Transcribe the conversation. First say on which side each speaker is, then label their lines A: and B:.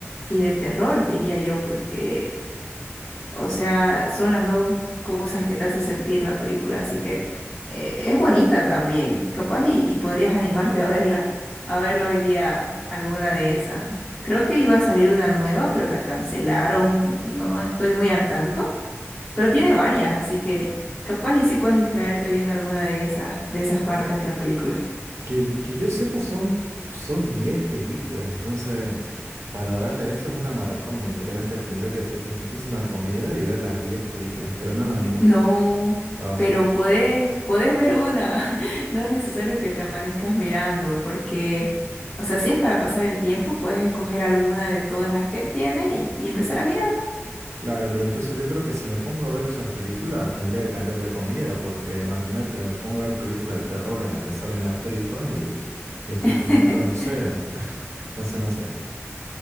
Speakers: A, on the left; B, on the right.
A: y de terror, diría yo, porque... O sea, son las dos cosas que te hace sentir la película, así que eh, es bonita también, capaz y, y podrías animarte a verla, a verla hoy día alguna de esas. Creo que iba a salir una nueva, pero la cancelaron, no, no estoy muy al tanto, pero tiene varias, así que capaz y sí puedes distraerte viendo alguna de esas, de esas partes de la película.
B: Que, que yo sepa, son, son 10 películas, entonces para darle a eso es una maratón, literalmente tendría que pedir muchísima comida y ver las 10 películas, pero no me animo.
A: No,
B: No,
A: pero
B: son
A: puedes,
B: demasiadas.
A: puedes ver una. <laughs> No es necesario que te amanezcas mirando, porque, o sea, si es para pasar el tiempo, puedes escoger alguna de todas las que tiene y, y empezar a mirar.
B: Claro, pero entonces yo creo que si me pongo a ver esas películas tendría que cambiar de comida, porque imagínate, me pongo a ver películas de terror en las que salen las tripas y, y estoy
A: <laughs>
B: comiendo, no sé, entonces no sé.